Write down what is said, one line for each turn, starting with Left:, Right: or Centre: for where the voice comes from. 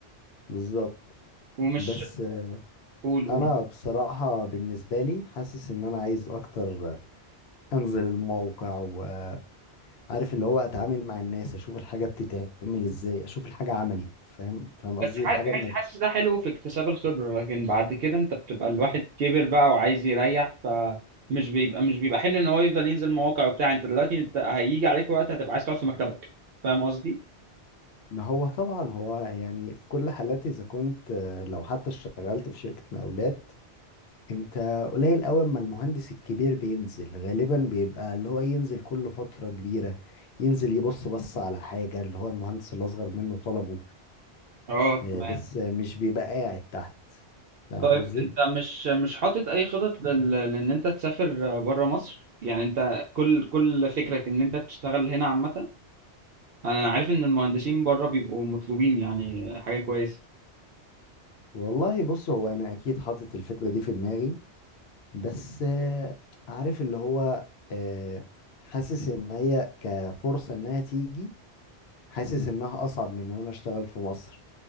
Left: بالظبط
Right: ومش
Left: بس
Right: قول قول
Left: انا بصراحة بالنسبة لي حاسس ان انا عايز اكتر انزل الموقع وعارف اللي هو اتعامل مع الناس اشوف الحاجة بتتعمل ازاي اشوف الحاجة عملي فاهم فاهم قصدي
Right: بس ح-
Left: الحاجة
Right: ح-
Left: ما
Right: حاسس ده حلو في اكتساب الخبرة لكن بعد كده انت بتبقى الواحد كبر بقى وعايز يريح فمش بيبقى مش بيبقى حمل ان هو يفضل ينزل مواقع وبتاع انت دلوقتي انت هيجي عليك وقت هتبقى عايز تقعد في مكتبك فاهم قصدي؟
Left: ما هو طبعا هو يعني في كل حالات اذا كنت آه، لو حتى اشتغلت في شركة مقاولات انت قليل قوي اما المهندس الكبير بينزل غالبا بيبقى اللي هو ينزل كل فترة كبيرة ينزل يبص بص على حاجة اللي هو المهندس الاصغر منه طلبه
Right: اه
Left: آه،
Right: تمام
Left: بس آه، مش بيبقى قاعد تحت فاهم
Right: طيب
Left: قصدي
Right: انت مش مش حاطط اي خطط لل... لان انت تسافر بره مصر يعني انت كل كل فكرك ان انت تشتغل هنا عامة انا أنا عارف ان المهندسين بره بيبقوا مطلوبين يعني حاجه كويسه
Left: والله بص هو انا اكيد حاطط الفكره دي في دماغي بس آه، عارف اللي هو آه، حاسس ان هي كفرصه انها تيجي حاسس انها اصعب من ان انا اشتغل في مصر